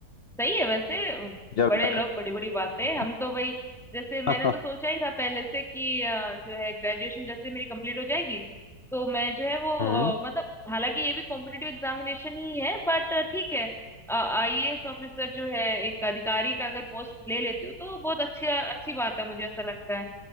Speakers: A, in the centre; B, on the left (about 60°).
A: सही है वैसे उम,
B: यार
A: बड़े
B: मैं
A: लोग बड़ी बड़ी बातें
B: हम्म
A: हम तो भाई जैसे मैंने
B: <laughs>
A: तो सोचा ही था पहले से कि अ, जो है ग्रेजुएशन जैसे मेरी कंप्लीट हो जाएगी तो मैं जो है वो
B: हम्म
A: अ, मतलब हालांकि ये भी कॉम्पिटिटिव एग्जामिनेशन ही है बट ठीक है आईएएस ऑफिसर जो है एक अधिकारी का अगर पोस्ट ले लेती हूँ तो बहुत अच्छी अच्छी बात है मुझे ऐसा लगता है